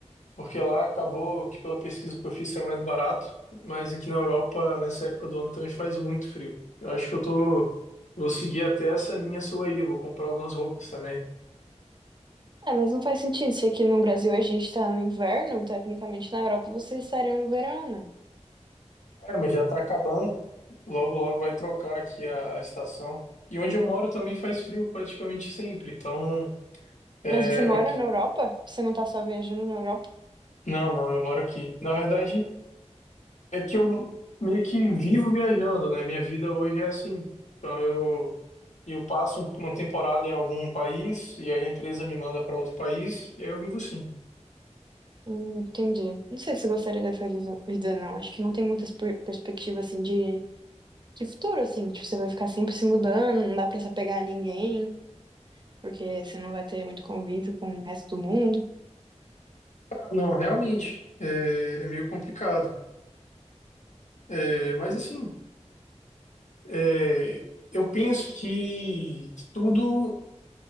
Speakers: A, on the left; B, on the right.
A: Porque lá acabou que pela pesquisa que eu fiz era mais barato, mas aqui na Europa, nessa época do ano, também faz muito frio. Eu acho que eu tô. eu Vou seguir até essa linha sua aí, eu vou comprar algumas roupas também.
B: É, mas não faz sentido, se aqui no Brasil a gente tá no inverno, tecnicamente na Europa vocês estariam no verão, né?
A: É, mas já tá acabando. Logo, logo vai trocar aqui a, a estação. E onde eu moro também faz frio praticamente sempre. Então, é,
B: Mas você mora
A: aqui-
B: na Europa? Você não tá só viajando na Europa?
A: não, não, eu moro aqui. Na verdade, é que eu meio que vivo viajando, né? Minha vida hoje é assim. Então eu eu passo uma temporada em algum país e aí a empresa me manda para outro país e aí eu vivo assim.
B: Hum, entendi. Não sei se eu gostaria dessa vida, vida, não. Acho que não tem muitas per- perspectivas, assim, de, de futuro, assim. Tipo, você vai ficar sempre se mudando, não dá pra se apegar a ninguém. porque você não vai ter muito convívio com o resto do mundo.
A: Ah, não, realmente é, é meio complicado. É, mas assim, é, eu penso que, que tudo